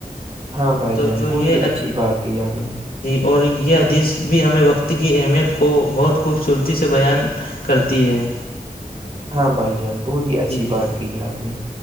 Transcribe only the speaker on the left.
تو
جو
یہ
جی اور یہ حدیث بھی ہمیں وقت کی اہمیت کو بہت خوبصورتی سے بیان کرتی ہے
جی جی